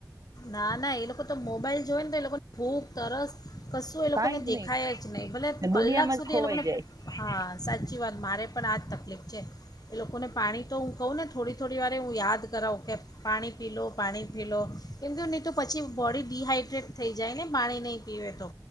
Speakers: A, on the left; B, on the right.
A: ના, ના એ લોકો તો મોબાઈલ જોવે ને તો એ લોકોને ભૂખ, તરસ કશું એ લોકોને
B: કાઈ જ
A: દેખાય
B: નહી
A: જ નહીં. ભલે કલાક
B: દુનિયામાં
A: સુધી
B: જ ખોવાઈ
A: એ લોકોને,
B: જાય
A: હા સાચી વાત મારે પણ આ જ તકલીફ. છે. એ લોકોને પાણી તો હું કહું ને થોડી થોડી વારે હું યાદ કરાવું કે પાણી પી લો, પાણી પી લો. નહીં તો-નહીં તો પછી બોડી ડી હાઈડ્રેટ થઈ જાય ને પાણી નહીં પીવે તો.